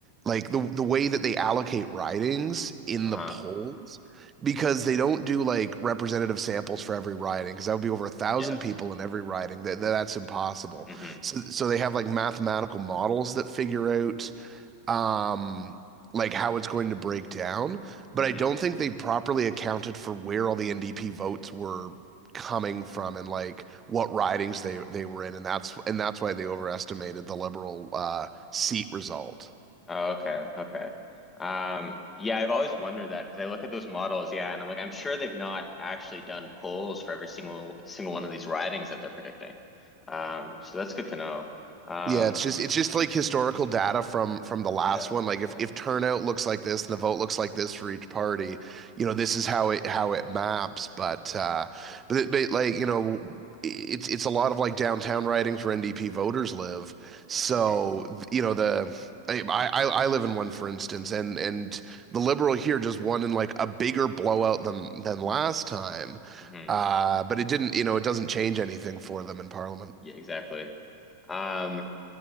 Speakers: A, on the right; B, on the left.
A: like the the way that they allocate ridings in
B: Uh-huh.
A: the polls, because they don't do like representative samples for every riding, because that would be over a thousand
B: Yes.
A: people in every riding. That that's impossible.
B: Mm-hmm.
A: So so they have like mathematical models that figure out um, like how it's going to break down. But
B: Mm-hmm.
A: I don't think they properly accounted for where all the NDP votes were coming from and like what ridings they they were in, and that's and that's why they overestimated the liberal uh, seat result.
B: Oh, okay. Okay. Um, yeah, I've always wondered that because I look at those models, yeah, and I'm like, I'm sure they've not actually done polls for every single single one of these ridings that they're predicting. Um, so that's good to know. Um,
A: Yeah, it's just it's just like historical data from from the last
B: yeah,
A: one. Like if
B: yeah.
A: if turnout looks like this and the vote looks like this for each party, you know, this is how it how it maps. But uh but it- but like, you know, it's it's a lot of like downtown ridings where NDP voters live. So,
B: Mhm.
A: you know, the I I I live in one for instance and and the Liberal here just won in like a bigger blowout than than last time.
B: hmm
A: Uh but it didn't, you know, it doesn't change anything for them in Parliament.
B: Yeah, exactly. Um,